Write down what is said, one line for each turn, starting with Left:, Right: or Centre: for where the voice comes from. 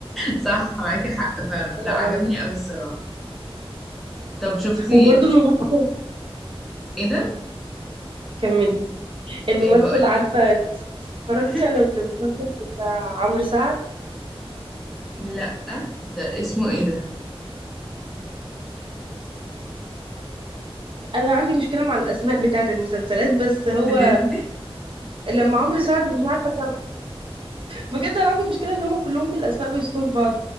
Centre: صح معاكي حق فعلا
Right: لا
Centre: لا
Right: لا،
Centre: عجبني
Right: رهيب
Centre: قوي الصراحة طب شفتي
Right: وبرضو
Centre: شف...
Right: الممثل
Centre: ايه ده
Right: كملي الممثل
Centre: إيه بقولك
Right: عارفة اتفرجتي
Centre: <laughs>
Right: على المسلسل بتاع عمرو سعد
Centre: لأ ده اسمه ايه ده
Right: انا عندي مشكلة مع الاسماء بتاعت المسلسلات بس هو
Centre: بتنسي
Right: لما عمرو سعد مش عارفة بجد انا عندي مشكله ان هم كلهم بالاسماء بيذكروا في بعض